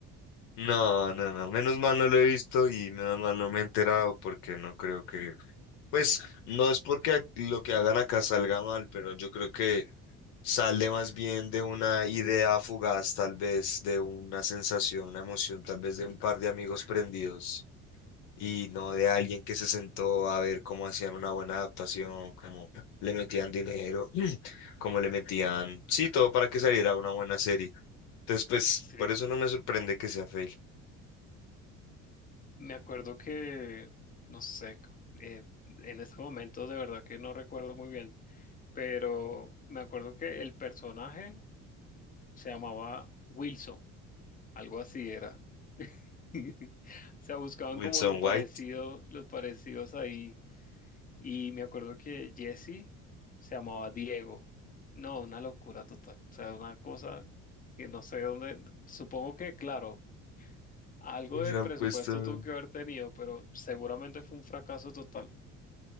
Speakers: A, on the left; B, on the left.
A: No, no, no, menos mal no lo he visto y menos mal no me he enterado porque no creo que, pues no es porque ac- lo que hagan acá salga mal, pero yo creo que sale más bien de una idea fugaz, tal vez de una sensación, una emoción, tal vez de un par de amigos prendidos y no de alguien que se sentó a ver cómo hacían una buena adaptación, cómo le metían dinero, <clears throat> cómo le metían, sí, todo para que saliera una buena serie. Entonces, pues
B: Sí,
A: por eso no me sorprende que sea fake.
B: me acuerdo que, no sé, eh, en este momento de verdad que no recuerdo muy bien, pero me acuerdo que el personaje se llamaba Wilson, algo así era. <laughs> O sea, buscaban
A: Wilson
B: como los parecidos,
A: White,
B: los parecidos ahí. Y me acuerdo que Jesse se llamaba Diego. No, una locura total. O sea, una cosa que no sé dónde. Supongo que, claro, algo
A: y
B: de
A: le
B: presupuesto
A: han puesto.
B: tuvo que haber tenido, pero seguramente fue un fracaso total.